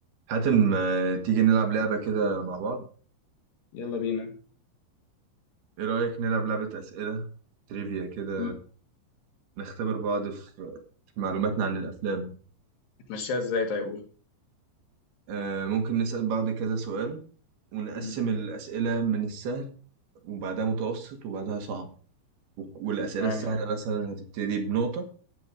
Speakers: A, on the right (about 65°); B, on the left (about 65°).
A: حاتم ما تيجي نلعب لعبة كده مع بعض
B: يلا بينا
A: ايه رأيك نلعب لعبة أسئلة تريفيا كده
B: م-
A: نختبر بعض في في معلوماتنا عن الأفلام
B: هتمشيها ازاي طيب قول
A: آه ممكن نسأل بعض كذا سؤال ونقسم
B: مم.
A: الأسئلة من السهل وبعدها متوسط وبعدها صعب و- والأسئلة
B: تمام
A: السهلة
B: يلا
A: مثلا هتبتدي بنقطة